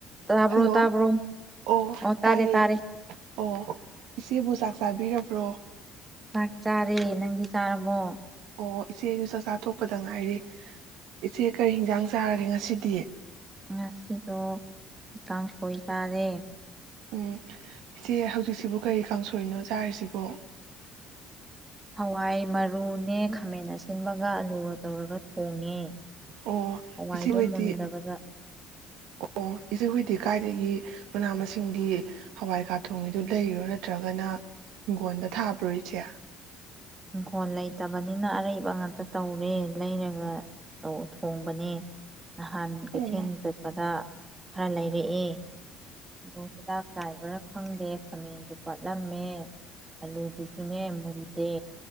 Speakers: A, on the right; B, on the right.
A: ꯇꯥꯕ꯭ꯔꯣ
B: ꯍꯜꯂꯣ
A: ꯇꯥꯕ꯭ꯔꯣ
B: ꯑꯣ
A: ꯇꯥꯔꯦ
B: ꯇꯥꯏꯌꯦ
A: ꯇꯥꯔꯦ
B: ꯑꯣ ꯏꯆꯦ ꯕꯨ ꯆꯥꯛ ꯆꯥꯕꯤꯔꯕ꯭ꯔꯣ
A: ꯆꯥꯛ ꯆꯥꯔꯦ ꯅꯪꯗꯤ ꯆꯥꯔꯕꯣ
B: ꯑꯣ ꯏꯆꯦꯁꯨ ꯆꯥꯛꯆꯥ ꯇꯣꯛꯄꯗ ꯉꯥꯏꯔꯤ ꯏꯆꯦ ꯀꯔꯤ ꯍꯤꯟꯖꯥꯡ ꯆꯥꯔꯒꯦ ꯉꯁꯤꯗꯤ
A: ꯉꯁꯤꯗꯣ ꯀꯥꯡꯁꯣꯏ ꯆꯥꯔꯦ
B: ꯎꯝ ꯏꯆꯦ ꯍꯧꯖꯤꯛꯁꯤꯕꯨ ꯀꯔꯤ ꯀꯥꯡꯁꯣꯏꯅꯣ ꯆꯥꯔꯤꯁꯤꯕꯣ
A: ꯍꯋꯥꯏ ꯃꯔꯨꯅꯦ ꯈꯥꯃꯦꯟ ꯑꯁꯤꯟꯕꯒ ꯑꯂꯨꯒ ꯇꯧꯔꯒ ꯊꯣꯡꯉꯦ
B: ꯑꯣ
A: ꯍꯋꯥꯏꯗꯣ
B: ꯏꯆꯦꯍꯣꯏꯗꯤ
A: ꯃꯨꯟꯗꯕꯗ
B: ꯑꯣ ꯏꯆꯦꯍꯣꯏꯗꯤ ꯀꯥꯏꯗꯒꯤ ꯃꯅꯥ ꯃꯁꯤꯡꯗꯤ ꯍꯋꯥꯏ ꯀꯥ ꯊꯣꯡꯉꯤꯗꯨ ꯂꯩꯔꯤꯔꯣ ꯅꯠꯇ꯭ꯔꯒꯅ ꯍꯤꯡꯒꯣꯟꯗ ꯊꯥꯕ꯭ꯔꯣ ꯏꯆꯦ
A: ꯏꯪꯈꯣꯜ ꯂꯩꯇꯕꯅꯤꯅ ꯑꯔꯩꯕ ꯉꯥꯛꯇ ꯇꯧꯔꯦ ꯂꯩꯔꯒ ꯊꯣꯡꯕꯅꯦ ꯅꯍꯥꯟ
B: ꯑꯣ
A: ꯀꯩꯊꯦꯜ ꯆꯠꯄꯗ ꯈꯔ ꯂꯩꯔꯛꯑꯦ ꯑꯗꯣ ꯍꯤꯗꯥꯛ ꯆꯥꯏꯕꯔꯥ ꯈꯪꯗꯦ ꯈꯥꯃꯦꯟꯗꯨ ꯄꯠꯂꯝꯃꯦ ꯑꯂꯨꯗꯨꯁꯨꯅꯦ ꯃꯨꯟꯗꯦ